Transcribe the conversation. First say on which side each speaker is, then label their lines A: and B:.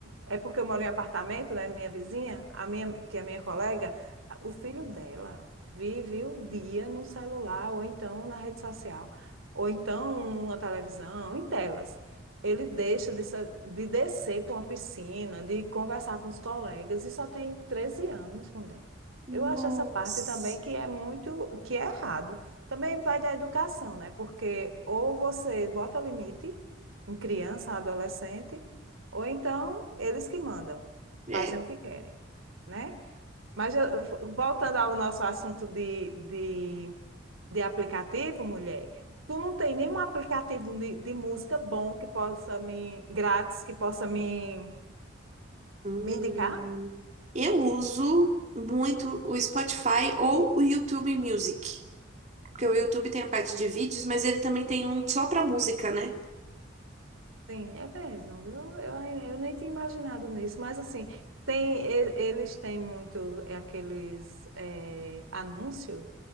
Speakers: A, on the right (about 85°); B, on the right (about 35°).
A: é porque eu moro em apartamento, né? Minha vizinha, a minha, que é minha colega, o filho dela vive o dia no celular, ou então na rede social, ou então numa televisão, em telas. Ele deixa de, sa- de descer para uma piscina, de conversar com os colegas, e só tem 13 anos, mulher.
B: Nossa.
A: Eu acho essa parte também que é muito, que é errado. Também vai da educação, né? Porque ou você bota limite em criança, adolescente, ou então, eles que mandam,
B: É.
A: fazem o que querem, né? Mas eu- eu- voltando ao nosso assunto de, de, de aplicativo, mulher, tu não tem nenhum aplicativo de, de música bom que possa me, grátis, que possa me,
B: Hum,
A: me indicar?
B: eu uso muito o Spotify ou o YouTube Music, porque o YouTube tem a parte de vídeos, mas ele também tem um só para música, né?
A: Sim, é mesmo, viu? Eu, eu nem tinha imaginado nisso, mas assim, tem, e- eles têm muito é, aqueles é, anúncios.